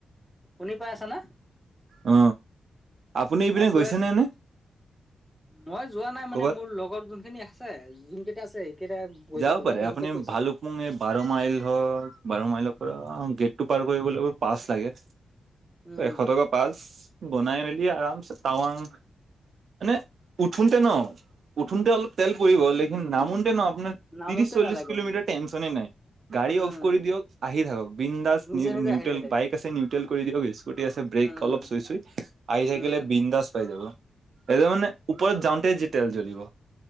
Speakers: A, in the centre; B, on the right.
A: শুনি পাই আছা না।
B: অ আপুনি এইপিনে
A: মই কৈ
B: গৈছেনে
A: আছো
B: নে।
A: মই যোৱা নাই মানে
B: ক'বাত
A: মোৰ লগৰ যোনখিনি আছে যোন কেইটা আছে। সেইকেইটা গৈছে
B: যাব
A: বোলে
B: পাৰে
A: সিহঁতে
B: আপুনি
A: কৈছে
B: ভালুকমোংগ বাৰ মাইল হওঁক বাৰ মাইলৰ পৰা অ। গেট টো পাৰ কৰিবলৈ পাচ লাগে
A: উম,
B: এশ টকা পাচ। বনাই মেলি আৰামছে টাৱাং। মানে উঠোঁতে ন উঠোঁতে অলপ তেল পৰিব লেখিন নামনতে ন আপোনাৰ। ত্ৰিশ
A: নামোতে
B: চল্লিশ
A: নালাগে
B: কিলোমিটাৰ
A: উম,
B: টেনচনে নাই গাড়ী
A: উম,
B: অফ কৰি দিয়ক আহি থাকক। বিন্দাছ
A: নিজে
B: নিউ
A: নিজে
B: নিউটেল
A: আহি যাই থাকে।
B: বাইক আছে, নিউট্ৰেল কৰি দিয়ক স্কুটি আছে ব্ৰেক
A: উম,
B: অলপ চুই চুই আহি থাকিলে।
A: উম,
B: বিন্দাছ পাই যাব। এতিয়া মানে ওপৰত যাওঁতে যি তেল জ্বলিব